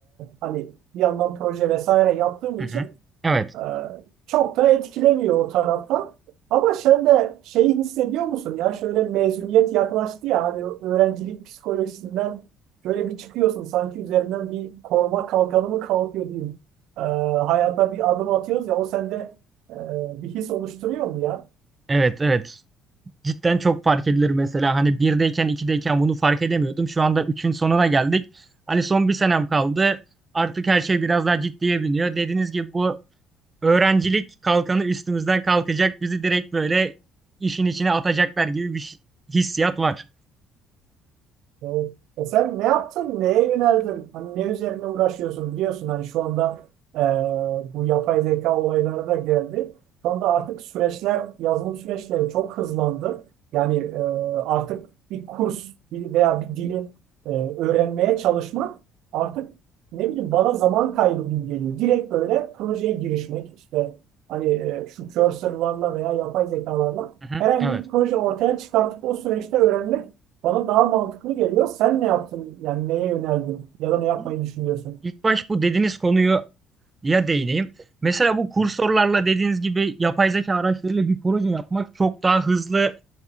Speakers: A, on the right; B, on the right.
A: hani bir yandan proje vesaire yaptığım
B: Hı
A: için
B: hı. Evet,
A: Ee, çok da etkilemiyor o taraftan. Ama sen de şeyi hissediyor musun ya şöyle mezuniyet yaklaştı ya hani öğrencilik psikolojisinden şöyle bir çıkıyorsun sanki üzerinden bir koruma kalkanı mı kalkıyor diyeyim. Ee, hayata bir adım atıyoruz ya o sende e, bir his oluşturuyor mu ya?
B: evet, evet. cidden çok fark edilir mesela. Hani birdeyken, ikideyken bunu fark edemiyordum. Şu anda üçün sonuna geldik. Hani son bir senem kaldı. Artık her şey biraz daha ciddiye biniyor. Dediğiniz gibi bu öğrencilik kalkanı üstümüzden kalkacak. Bizi direkt böyle işin içine atacaklar gibi bir şi- hissiyat var.
A: Evet. E sen ne yaptın? Neye yöneldin? Hani ne üzerine uğraşıyorsun? Biliyorsun hani şu anda e, bu yapay zeka olayları da geldi. Şu anda artık süreçler, yazılım süreçleri çok hızlandı. Yani e, artık bir kurs bir veya bir dili e, öğrenmeye çalışmak artık ne bileyim bana zaman kaybı gibi geliyor. Direkt böyle projeye girişmek işte hani e, şu cursor'larla veya yapay zekalarla
B: Hı hı,
A: herhangi
B: evet.
A: bir proje ortaya çıkartıp o süreçte öğrenmek bana daha mantıklı geliyor. Sen ne yaptın? Yani neye yöneldin? Ya da ne yapmayı
B: Bu-
A: düşünüyorsun?
B: İlk baş bu dediğiniz konuyu ya değineyim. Mesela bu kursörlerle dediğiniz gibi yapay zeka araçlarıyla bir proje yapmak çok daha hızlı